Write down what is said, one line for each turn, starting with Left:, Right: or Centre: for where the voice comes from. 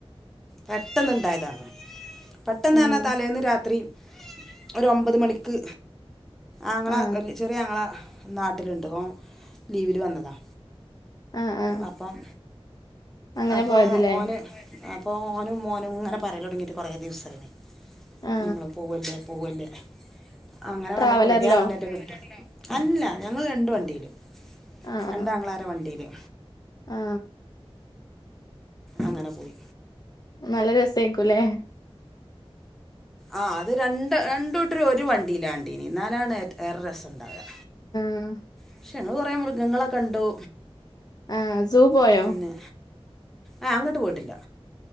Centre: പെട്ടെന്ന് ഉണ്ടായതാ പെട്ടന്ന്
Left: ഉം
Centre: തന്നെ തലേന്ന് രാത്രീ ഒരു ഒമ്പത് മണിക്ക് ആങ്ങള
Left: ആ
Centre: വല്യ ചെറിയ ആങ്ങള നാട്ടിലുണ്ട് ഓ ലീവില് വന്നതാ
Left: ആ ആ
Centre: അപ്പം
Left: അങ്ങനെ
Centre: അപ്പോ
Left: പോയതല്ലേ
Centre: ഓന് അ ഓനും മോനും ഇങ്ങന പറയുന്നു കൊറേ ദിവസായി
Left: ആ
Centre: നമ്മള പോവുവല്ലേ പോവുവല്ലേ അങ്ങനെ
Left: ട്രാവലറിലോ
Centre: പറഞ്ഞപ്പോ വല്യ ആങ്ങളേന്റെ കുട്ടി അല്ല ഞങ്ങള് രണ്ട് വണ്ടീല്
Left: ആ
Centre: രണ്ടാങ്ങളാര
Left: ആ
Centre: വണ്ടീല്
Left: ആ
Centre: <inaudible> അങ്ങനെ പോയി
Left: നല്ല രസായിക്കൂല്ലേ
Centre: ആ അത് രണ്ടൂട്ടര് ഒരു വണ്ടിലാണ് എന്നാലാണ് ഏറെ രസണ്ടാവുക
Left: ആ
Centre: പക്ഷെങ്ങള് കുറേ മൃഗങ്ങള് കണ്ടു
Left: ആഹ സൂ പോയോ?
Centre: പിന്നെ ആ അങ്ങട്ട് പോയിട്ടില്ല